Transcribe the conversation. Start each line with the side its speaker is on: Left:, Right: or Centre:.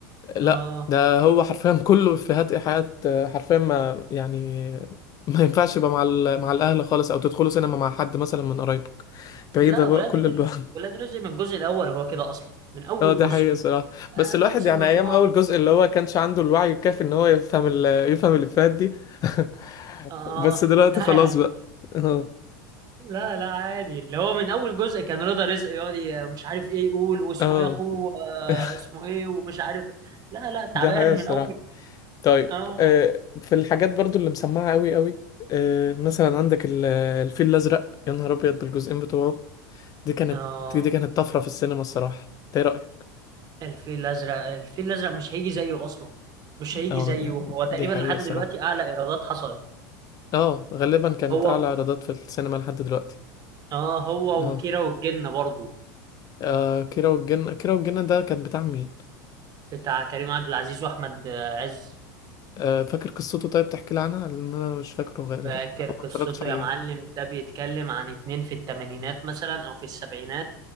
Left: لا
Right: اه
Left: ده هو حرفيا <laughs> كله افيهات ايحاءات آه، حرفيا ما يعني ما ينفعش يبقى مع ال- مع الاهل خالص او تدخلوا سينما مع حد مثلا من قرايبك بعيدة
Right: لا
Left: بقى
Right: ولاد
Left: كل
Right: ال-
Left: البعد
Right: ولاد رزق من الجزء الاول هو كده اصلا من اول
Left: اه ده
Right: جزء
Left: حقيقة صراحة بس
Right: آه
Left: الواحد
Right: نفس
Left: يعني
Right: النظام
Left: ايام اول جزء اللي هو كانش عنده الوعي الكافي ان هو يفهم ال يفهم الافيهات دي <laughs>
Right: اه
Left: بس دلوقتي
Right: <laughs> لا
Left: خلاص
Right: يا عم
Left: بقى اه
Right: لا لا عادي اللي هو من اول جزء كان رضا رزق يقعد ي- مش عارف ايه يقول واسمه
Left: اه
Right: ايه اخوه آه
Left: <laughs>
Right: اسمه ايه ومش عارف لا لا تعبان
Left: ده حقيقة الصراحة
Right: من اول
Left: طيب
Right: اه
Left: آه في الحاجات برضو اللي مسمعة قوي قوي آه مثلا عندك ال- الفيل الازرق يا نهار ابيض بالجزئين بتوعه دي كانت
Right: اه
Left: دي كانت طفرة في السينما الصراحة ده إيه رأيك
Right: الفيل الازرق الفيل الازرق مش هيجي زيه اصلا مش هيجي
Left: اه
Right: زيه
Left: دي
Right: هو تقريبا
Left: دي حقيقة
Right: لحد
Left: الصراحة
Right: دلوقتي اعلى ايرادات حصلت
Left: اه غالبا كانت
Right: هو
Left: اعلى ايرادات في السينما لحد دلوقتي
Right: اه هو
Left: اه
Right: وكيرة والجن برضه
Left: آه كيرة والجن كيرة والجن ده كان بتاع مين
Right: بتاع كريم عبد العزيز واحمد عز
Left: آه فاكر قصته طيب تحكي لي عنها لان انا مش فاكره غالبا
Right: فاكر
Left: او
Right: قصته
Left: ما اتفرجتش عليه
Right: يا معلم ده بيتكلم عن اتنين في التمانينات مثلا او في السبعينات